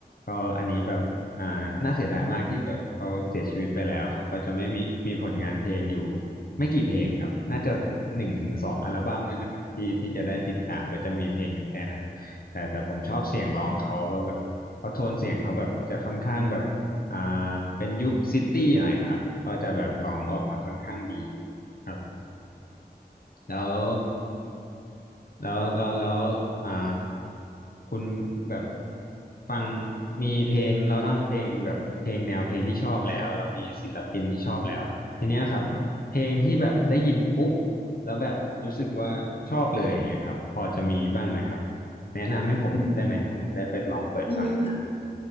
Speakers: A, on the left (about 60°); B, on the left (about 35°).
A: ก็อันนี้แบบ อ่าน่าเสียดายมากที่แบบเขาเสียชีวิตไปแล้วครับก็จะไม่มีมีผลงานเพลงอยู่ไม่กี่เพลงครับน่าจะหนึ่งถึงสองอัลบั้มเนี่ยแหละครับที่ที่จะได้ติดตามก็จะมีเพลงอยู่แค่นั้นแต่แต่ผมชอบเสียงร้องเขาว่าแบบเพราะโทนเสียงเขาแบบจะค่อนข้างแบบอ่าเป็นยุคซิตี้หน่อยครับก็จะแบบร้องออกมาค่อนข้างดีครับ แล้วแล้วแล้วแล้วอ่าคุณแบบฟังมีเพลงแล้วเนอะเพลงแบบเพลงแนวเพลงที่ชอบแล้วแล้วมีศิลปินที่ชอบแล้วทีเนี้ยครับเพลงที่แบบได้ยินปุ๊บแล้วแบบรู้สึกว่าชอบเลยอย่างเงี้ยครับพอจะมีบ้างไหมครับแนะนำให้ผมได้ไหมผมได้ไปลองเปิดฟังดู
B: อืมมีค่ะ